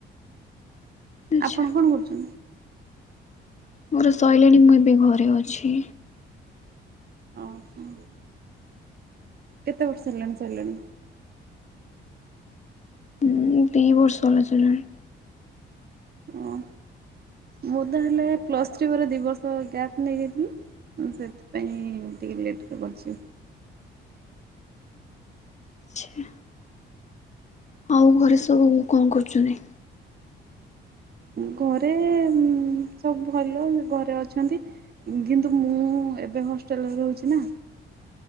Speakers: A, on the left (about 35°); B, on the right (about 50°).
A: ଆଚ୍ଛା
B: ଆପଣ କଣ କରୁଛନ୍ତି?
A: ମୋର ଶଇଲାଣି ମୁଁ ଏବେ ଘରେ ଅଛି।
B: ଓ ହୋ। କେତେ ବର୍ଷ ହେଲାଣି ସରିଲାଣି?
A: ହୁଁ ଦିଇ ବର୍ଷହେଲା ସଇଲାଣି।
B: ଓ ମୁଁ ତାହଲେ ପ୍ଲସ୍ ଥ୍ରୀ ପରେ ଦି ବର୍ଷ ଗ୍ୟାପ୍ ନେଇଯାଇଥିଲି। ମୁଁ ସେଥିପାଇଁ ଟିକେ ଲେଟ୍ ରେ କରିଛିି।
A: ଛି ଆ ଆଉ ଘରେ ସବୁ କଣ କରୁଛନ୍ତି?
B: ଘରେ ଉଁ ସବୁ ଭଲ ଘରେ ଅଛନ୍ତି। କିନ୍ତୁ ମୁଁ ଏବେ ହଷ୍ଟେଲରେ ରହୁଛି ନା।